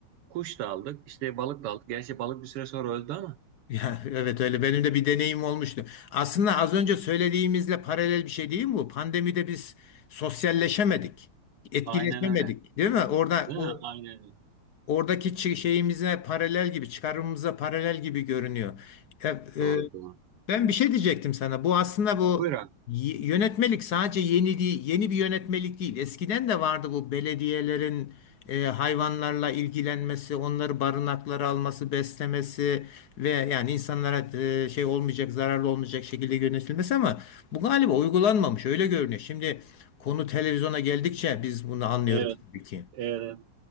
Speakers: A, on the right; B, on the left.
A: kuş da aldık işte balık da aldık. Gerçi balık bir süre sonra öldü ama
B: Ya, evet öyle benim de bir deneyim olmuştu. Aslında az önce söylediğimizle paralel bir şey değil mi bu? Pandemide biz sosyalleşemedik, etkileşemedik,
A: aynen öyle.
B: değil mi? Orada
A: Değil
B: bu
A: mi? Aynen öyle.
B: oradaki çi- şeyimize paralel gibi, çıkarımımıza paralel gibi görünüyor. E, e,
A: Doğru doğru.
B: Ben bir şey diyecektim sana. Bu aslında bu
A: Buyur abi.
B: y- yönetmelik sadece yeni değil, yeni bir yönetmelik değil. Eskiden de vardı bu belediyelerin e, hayvanlarla ilgilenmesi, onları barınaklara alması, beslemesi ve yani insanlara e, şey olmayacak, zararlı olmayacak şekilde yönetilmesi ama bu galiba uygulanmamış. Öyle görünüyor. Şimdi konu televizyona geldikçe biz bunu anlıyoruz
A: Evet,
B: tabii ki.
A: evet.